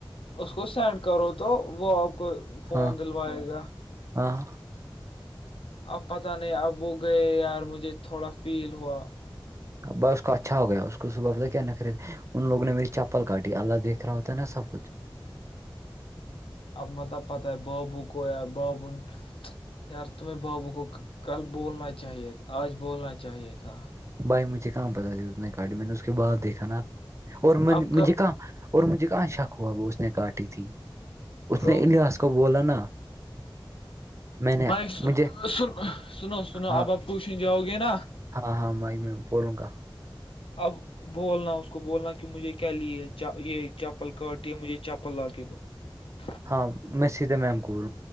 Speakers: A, on the left; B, on the right.
A: اس کو سینڈ کرو تو وہ آپ کو فون
B: ہاں
A: دلوائے گا
B: ہاں
A: اب پتہ نہیں اب وہ گئے یار مجھے تھوڑا فیل ہوا
B: بائی اس کو اچھا ہو گیا اس کو صبح بتا کیا نہ خرید ان لوگوں نے میری چپل کاٹی اللہ دیکھ رہا ہوتا نا سب کچھ
A: پ مطلب پت آئے بابو کویا بابن یار تمہیں بابو کو کل بولنا چاہیے آج بولنا چاہیے تھا
B: بھائی مجھے کہاں پہ تھا اتنے کاڑی میں نے اس کے بعد دیکھا نا اور مجھے
A: آپ کا
B: کہاں اور مجھے کہاں شک ہوا وہ اس نے کاٹی تھی اس
A: تو
B: نے الیاس کو بولا نا میں نے
A: بھائی س
B: مجھے
A: سن سنو سنو
B: ہاں
A: اب آپ کووچھیں جاؤ گے نا
B: ہاں ہاں مائی میں بولوں گا
A: اب بولنا اس کو بولنا کہ مجھے کیا لی ہے یہ چپل کاٹی ہے مجھے چپل لا کے دو <inaudible>
B: ہاں میں سیدھے میم کوول